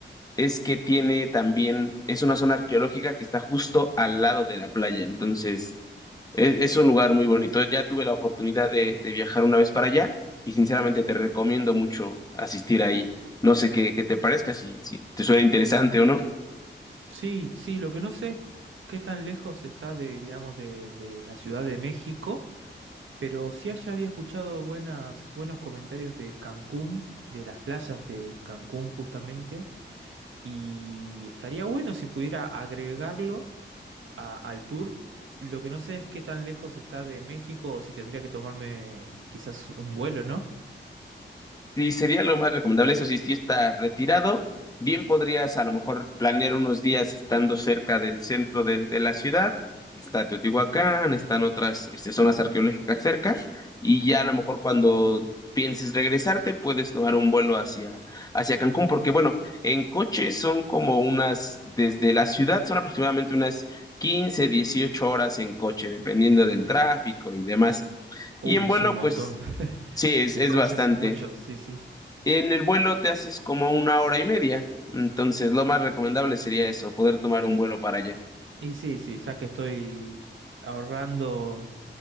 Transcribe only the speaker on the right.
Sí, sí, lo que no sé es qué tan lejos está de, digamos, de, de la Ciudad de México, pero sí allá había escuchado buenas, buenos comentarios de Cancún, de las playas de Cancún justamente, y estaría bueno si pudiera agregarlo a- al tour. Lo que no sé es qué tan lejos está de México o si tendría que tomarme quizás un vuelo, ¿no?
Uy,
es
un montón.
<laughs>
En
coche
hace mucho, sí, sí.
Y sí, sí, ya que estoy ahorrando